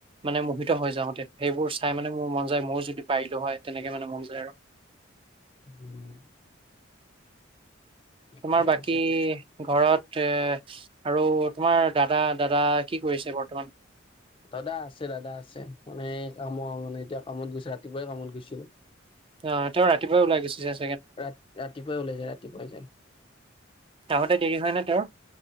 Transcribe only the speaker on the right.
মানে মোহিত হৈ যাওতে সেইবোৰ চাই মানে মোৰ মন যায় ময়ো যদি পাৰিলো হয় তেনেকে মানে মন যায় আৰু।
তোমাৰ বাকী
ঘৰত এ আৰু তোমাৰ দাদা, দাদা কি কৰিছে বৰ্তমান?
অ' তেওঁ ৰাতিপুৱাই ওলাই গৈছে যে
আহোতে দেৰি হয় নে তেওঁৰ